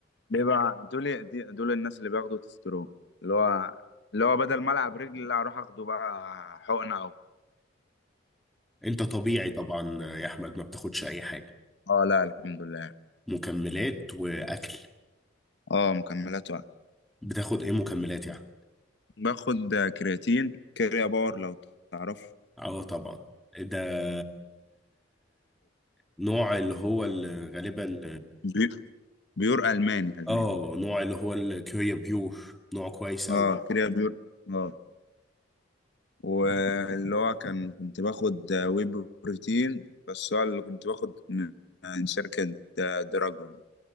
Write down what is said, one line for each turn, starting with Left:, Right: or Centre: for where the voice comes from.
Left: بيبقى دول دي- دول الناس اللي بياخدوا تسترون اللي هو اللي هو بدل ما العب رجل لا اروح اخده بقى حقنه او
Centre: انت طبيعي طبعا يا احمد ما بتاخدش اي حاجة
Left: اه لا الحمد لله
Centre: مكملات واكل
Left: اه مكملات وقت
Centre: بتاخد ايه مكملات يعني
Left: باخد كرياتين كريا باور لو تعرفه
Centre: اه طبعا ده نوع اللي هو اللي غالبا
Left: بي- بيور الماني الماني
Centre: اه نوع اللي هو الكوريا بيور نوع كويس قوي
Left: اه كريا بيور اه واللي هو كان كنت باخد وي بروتين بس هو اللي كنت باخد من من شركة دراجون